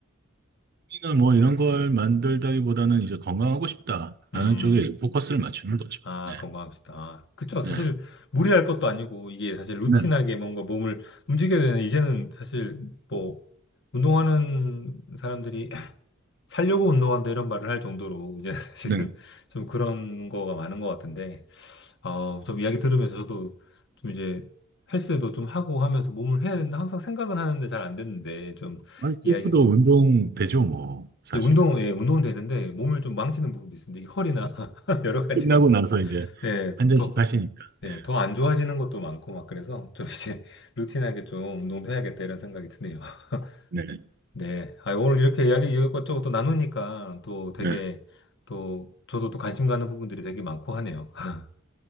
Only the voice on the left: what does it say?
음.
아,
건강한 식단. 아, 그쵸. 사실
무리할 것도 아니고 이게 사실 루틴하게
뭔가 몸을 움직여야 되는 이제는 사실 뭐 운동하는 사람들이 <laughs> 살려고 운동한다 이런 말을 할 정도로 이제 <laughs> 사실은
좀 그런 거가 많은 것 같은데 어, 좀 이야기 들으면서 저도 좀 이제 헬스도 좀 하고 하면서 몸을 해야 된다 항상 생각은 하는데 잘 안 됐는데 좀
이야기는
이 운동, 예, 운동은 되는데 몸을 좀 망치는 부분도 있습니다. 이 허리나 <laughs> 여러 가지가
예,
더
네,
더 안 좋아지는 것도 많고 막 그래서 좀 이제 <laughs> 루틴하게 좀 운동도 해야겠다 이런 생각이 드네요. <laughs>
네, 아, 오늘 이렇게 이야기 이것저것 또 나누니까 또 되게
또 저도 또 관심 가는 부분들이 되게 많고 하네요. <laughs>